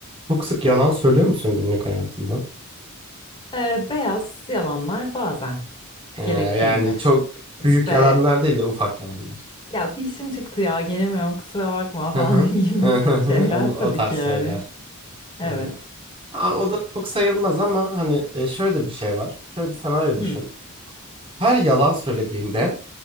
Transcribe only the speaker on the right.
Çok sık yalan söylüyor musun günlük hayatında?
Ee,
yani çok
büyük yalanlar değil de ufak yalanlar.
Hı hı.
<laughs> Hı
Onu, o
tarz
şeyler.
Ee, aa, o da çok sayılmaz ama hani e, şöyle de bir şey var. Şöyle bir senaryo düşün.
Her yalan söylediğinde